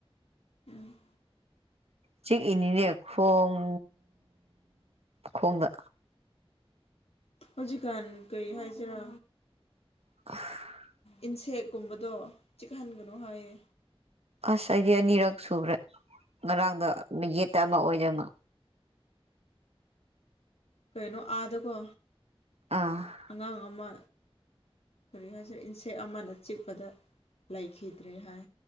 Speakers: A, on the left (about 85°); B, on the right (about 85°).
A: ꯎꯝ
B: ꯆꯤꯛꯏꯅꯤꯅꯦ ꯈꯣꯡ ꯈꯣꯡꯗ
A: ꯍꯧꯖꯤꯛꯀꯥꯟ ꯀꯔꯤ ꯍꯥꯏꯁꯤꯔꯥ
B: <unintelligible>
A: ꯏꯟꯁꯦꯛ ꯀꯨꯝꯕꯗꯣ ꯆꯤꯛꯍꯟꯒꯅꯨ ꯍꯥꯏꯌꯦ
B: ꯑꯁ ꯑꯩꯗꯤ ꯑꯅꯤꯔꯛ ꯁꯨꯈ꯭ꯔꯦ ꯉꯔꯥꯡꯗ ꯌꯦꯠꯇ ꯑꯃ ꯑꯣꯏꯗ ꯑꯃ
A: ꯀꯩꯅꯣ ꯑꯥꯗꯀꯣ
B: ꯑꯥ
A: ꯑꯉꯥꯡ ꯑꯃ ꯀꯔꯤ ꯍꯥꯏꯁꯤꯔ ꯏꯟꯁꯦꯛ ꯑꯃꯅ ꯆꯤꯛꯄꯗ ꯂꯩꯈꯤꯗ꯭ꯔꯦ ꯍꯥꯏ